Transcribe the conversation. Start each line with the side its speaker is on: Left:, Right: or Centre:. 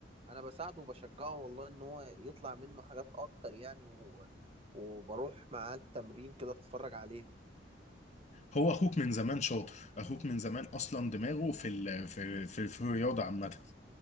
Right: انا بساعده وبشجعه والله ان هو يطلع منه حاجات اكتر يعني و... وبروح معاه التمرين كده اتفرج عليه
Left: هو اخوك من زمان شاطر اخوك من زمان اصلا دماغه في ال... في في, في الرياضه عامه